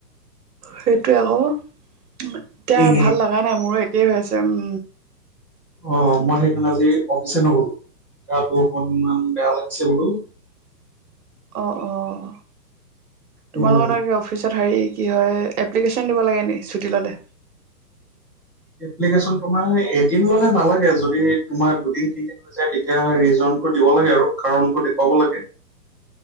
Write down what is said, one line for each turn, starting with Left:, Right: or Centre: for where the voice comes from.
Right: সেইটোৱে আকৌ এতিয়া
Centre: এ
Right: ভাল লগা নাই মোৰো একেই হৈ আছে উম।
Centre: অ মই সেইকাৰণে আজি অফিচ নগলো, গো অকনমান বেয়া লাগিছে বোলো।
Right: অঁ অঁ
Centre: উম
Right: তোমালোকৰ তাকে অফিচত হেৰি কি হয়, এপ্লিকেশ্যন দিব লাগে নেকি ছুটি ল'লে?
Centre: এপ্লিকেশ্যন তোমাৰ এদিন ল'লে নালাগে যদি তোমাৰ দুদিন, তিনিদিন যেতিয়া দিগদাৰ হয় ৰিজনটো দিব লাগে আৰু কাৰণটো দেখুৱাব লাগে।